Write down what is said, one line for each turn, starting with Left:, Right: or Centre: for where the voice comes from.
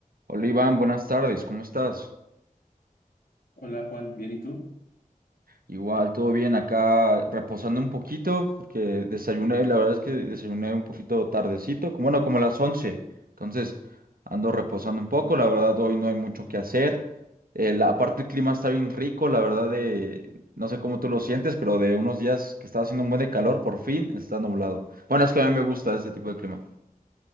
Right: Hola Iván, buenas tardes, ¿cómo estás?
Left: Hola Juan, ¿bien y tú?
Right: Igual, todo bien, acá reposando un poquito, porque desayuné, la verdad es que desayuné un poquito tardecito, como, bueno, como a las 11. entonces ando reposando un poco, la verdad hoy no hay mucho que hacer, Eh, la, aparte el clima está bien rico, la verdad de, no sé cómo tú lo sientes, pero de unos días que estaba haciendo un buen de calor, por fin está nublado. Bueno, es que a mí me gusta este tipo de clima.